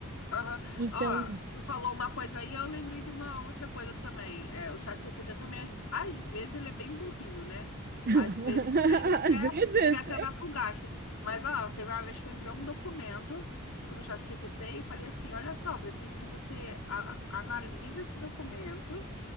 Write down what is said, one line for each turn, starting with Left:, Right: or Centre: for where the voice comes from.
Left: Aham.
Right: Então,
Left: Ó, tu falou uma coisa aí, eu lembrei de uma outra coisa também. É, o ChatGPT também, às, às vezes, ele é bem burrinho, né?
Right: <laughs>
Left: Às vezes ele até,
Right: às vezes.
Left: ele até dá pro gasto. Mas, ó, teve uma vez que eu enviei um documento pro ChatGPT e falei assim: olha só, preciso que você a- analise esse documento